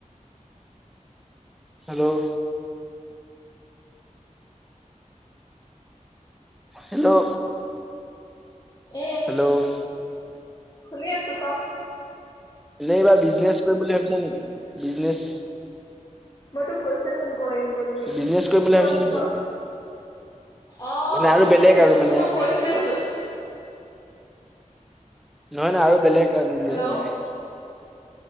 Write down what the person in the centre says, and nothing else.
হেল্ল' হেল্ল'
ত'
নবাৰ বিজনেচ কৰি বুলি ভাবিছা নেকি বিজনেচ?
বিজনেছ
কৰিম বুলি ভাবিছা
নেকি?
মানে
আৰু বেলেগ আৰু
মানে
নহয়, নহয় আৰু বেলেগ বিজনেচ
মানে।